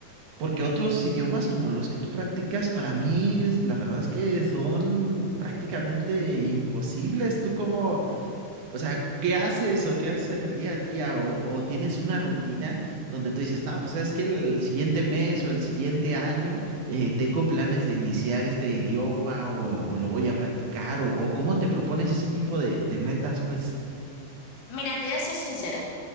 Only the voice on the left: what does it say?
Mira, te voy a ser sincera.